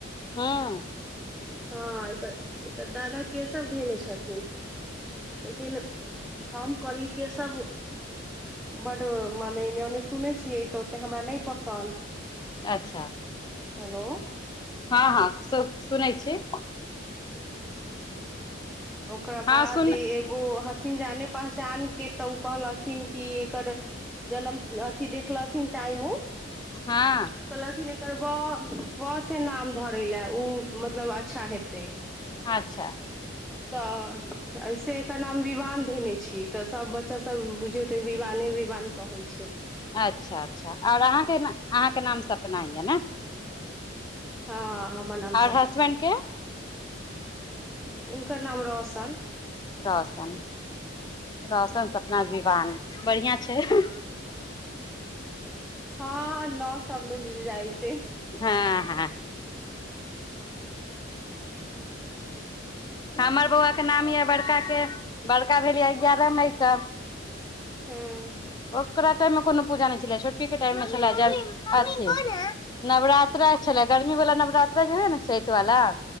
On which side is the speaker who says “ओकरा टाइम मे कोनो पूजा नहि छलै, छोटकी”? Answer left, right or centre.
Left